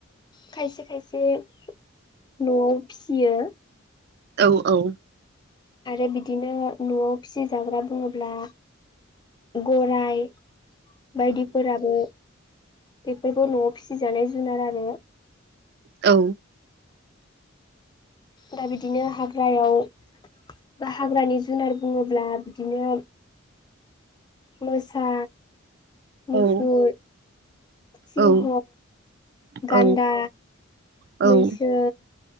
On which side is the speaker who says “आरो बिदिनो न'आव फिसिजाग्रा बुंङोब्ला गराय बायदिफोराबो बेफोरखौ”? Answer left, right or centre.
Left